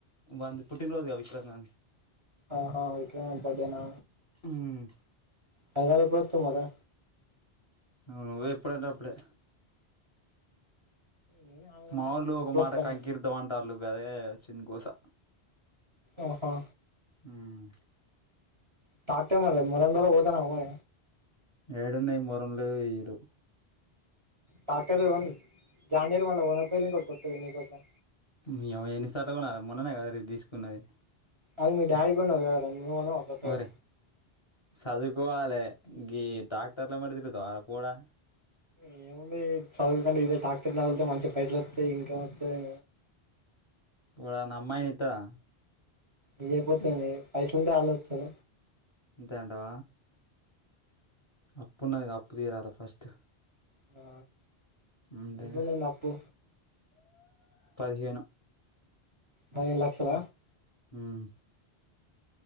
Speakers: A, on the left (about 35°); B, on the right (about 35°).
A: వాన్ది పుట్టిన రోజు కదా విక్రమ్ గాంధీ
B: ఆహా విక్రమ్ గాని బర్డేనా
A: మ్మ్
B: హైదరాబాద్ ఎప్పుడు వత్తావు మరి
A: మ్మ్ నువ్వు ఎప్పుడంటే అప్పుడే
B: నేను హైదరాబాద్
A: మావళ్ళు
B: ఉన్నా నువ్వు
A: ఒక
B: ఎప్పుడు
A: మాట
B: వత్తనవ్
A: కంకిీర్ధం అంటళు కాయే చిన్న కోస
B: ఆహా
A: మ్మ్
B: ట్రాక్టర్ మీద మెరంగల్ పోతన్న మే
A: యడున్నాయి మెరంలో యిరు
B: టాకర్ల జాడిరు <unintelligible> మళ వన్ పయలు కూడా నీ కొసం
A: నీ యావ ఎన్నిసార్లు కొనాలే మొన్ననే కదా రా ఇది తీసుకున్నది
B: అవ్ మీ డాడీ కొన్నాడు కదార నువ్వు కొనవా కొత్తవి
A: ఒరే చదువుకోవాలే ఇ ట్రాక్టర్ల వెంబడి తిరుగుతావ పొరుడ
B: ఏముంది చదువుకన్న ఇదే టాక్టర్ తొలితే మంచి పైసలు వస్తాయి ఇన్కమ్ వత్తాయి
A: ఎవరన్న అమ్మాయిని ఇత్తవా
B: ఇగ పోతేనేం పైసలు క <unintelligible>
A: అంతే అంటావ అప్పున్నది అప్పు తీరాలే ఫస్ట్
B: ఆ
A: అంతేగా
B: ఎంత ఉన్నింది అప్పు
A: పదిహేను
B: ఎనిమిది లక్షల
A: మ్మ్